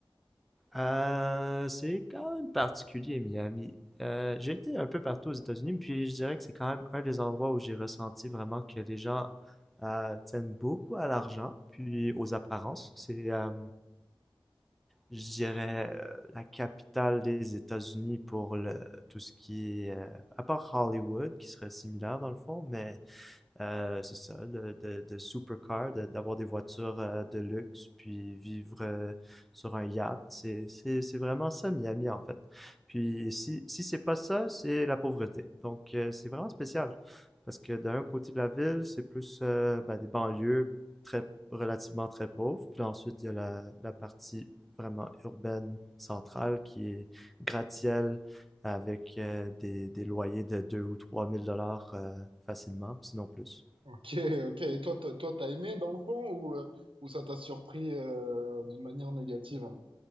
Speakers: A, in the centre; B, on the right (about 80°).
A: Euh, c'est quand même particulier, Miami. Euh, j'ai été un peu partout aux États-Unis, puis je dirais que c'est quand même un des endroits où j'ai ressenti vraiment que les gens euh, tiennent beaucoup à l'argent, puis aux apparences. C'est, euh, je dirais, euh, la capitale des États-Unis pour le, tout ce qui est, euh, à part Hollywood, qui serait similaire dans le fond, mais euh, c'est ça, de, de, de supercar, de- d'avoir des voitures euh, de luxe, puis vivre euh, sur un yacht. C'est, c'est, c'est vraiment ça, Miami, en fait. Puis si, si c'est pas ça, c'est la pauvreté. Donc, euh, c'est vraiment spécial. Parce que d'un côté de la ville, c'est plus euh, ben, des banlieues très, relativement très pauvres. Puis ensuite, il y a la, la partie vraiment urbaine centrale qui est gratte-ciel avec euh, des, des loyers de deux ou trois mille dollars euh, facilement, sinon plus.
B: Ok, ok. Et toi, t'as- toi, t'as aimé dans le fond ou, euh, ou ça t'a surpris euh, d'une manière négative?